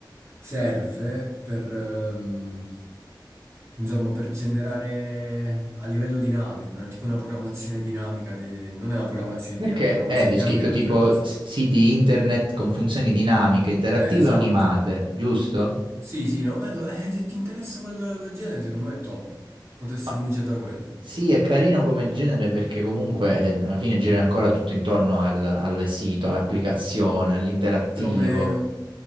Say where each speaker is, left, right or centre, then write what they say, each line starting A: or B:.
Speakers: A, on the right; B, on the right.
A: serve per... ehm, Insomma, per generare a livello dinamico, una, tipo una programmazione dinamica, di- non è una programmazione
B: perché
A: dinamica, programmazione
B: è di
A: dinamica
B: scritto
A: è un'altra
B: tipo
A: cosa.
B: s- siti internet con funzioni dinamiche, interattive
A: Eh, esatto.
B: o animate, giusto?
A: Sì, sì, no, quello, eh, se ti interessa quel, quel genere, secondo me è top. Potresti
B: Ma
A: cominciare da quello.
B: sì, è carino come genere perché comunque eh, alla fine gira ancora tutto intorno al, al sito, all'applicazione, all'interattivo.
A: Più o meno.